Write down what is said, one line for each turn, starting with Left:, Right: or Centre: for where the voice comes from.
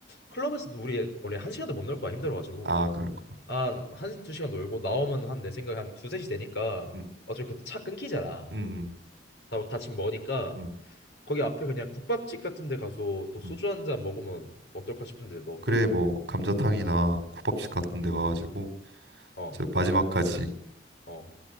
Left: 클럽에서도 우리, 원래 한 시간도 못 놀 거야. 힘들어가지고.
Right: 아, 그렇구나.
Left: 한, 한, 두 시간 놀고 나오면 한 내 생각에 한 두세 시 되니까
Right: 음,
Left: 어차피 그때 차 끊기잖아.
Right: 음,
Left: 다, 다 집 먹으니까
Right: 음,
Left: 거기 앞에 그냥 국밥집 같은 데 가서 또 소주
Right: 음. 음.
Left: 한 잔 먹으면 어떨까 싶은데 너 어떠냐?
Right: 그래, 뭐 감자탕이나 국밥집 같은
Left: 응.
Right: 데 가가지고
Left: 어,
Right: 저 마지막까지
Left: 어.